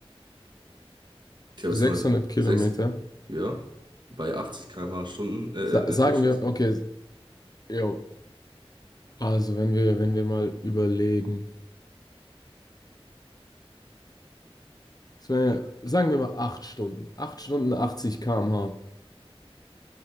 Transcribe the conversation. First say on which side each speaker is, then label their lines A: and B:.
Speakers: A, on the right (about 50°); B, on the left (about 40°).
A: Ich habe jetzt
B: 600
A: mal
B: Kilometer.
A: 6 ja, bei 80 km/h Stunden, äh,
B: Sa sagen
A: äh, äh, Durchschnitt.
B: wir, okay, jo, also wenn wir, wenn wir mal überlegen. Es wär- Sagen wir mal 8 Stunden. acht Stunden 80 km/h.